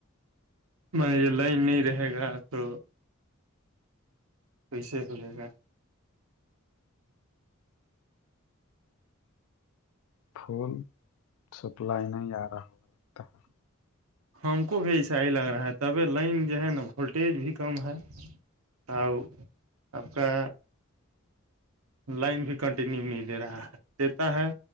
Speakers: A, on the right (about 85°); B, on the left (about 80°).
A: مان یہ لائن نہیں رہے گا تو کییسے ہو جے گا
B: پھول سپلائی نہیں آ رہا ہوا لگتا ہے
A: ہم کو بھی ایسا ہی لگ رہا ہے تبھی لائن جو ہے نا وولٹیج بھی کم ہے آؤ آپ کا لائن بھی کنٹینیو نہیں لے رہا ہے دیتا ہے